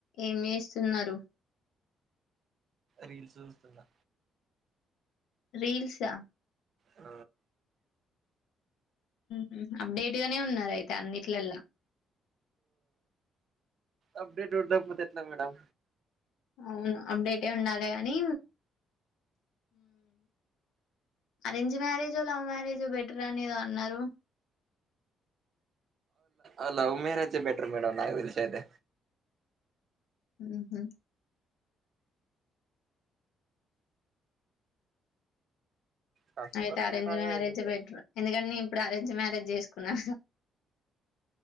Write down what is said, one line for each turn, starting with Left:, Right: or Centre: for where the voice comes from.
Left: ఏం చేస్తున్నారు
Right: రీల్స్ చూస్తున్నా
Left: రీల్సా
Right: ఆ
Left: హ్మ్మ్ అప్డేట్ గానే ఉన్నారు అయితే అన్నిట్లల్లా
Right: అప్డేట్లా ఉండకపోతే ఎట్ల మేడం
Left: అవును అప్డేట్ ఉండాలి గాని arrange marriage love marriage better అనిదో అన్నారు
Right: అ లవ్ మ్యారేజ్ బెటర్ మేడమ్ నక్ లు సతే
Left: ఆహ
Right: కాకపోతే
Left: అయితే అరేంజ్
Right: నేను అలా
Left: మ్యారేజ్
Right: వెళితే
Left: బెటర్ ఎందుకంటే ఇప్పుడు అరేంజ్ మ్యారేజ్ చేసుకున్నా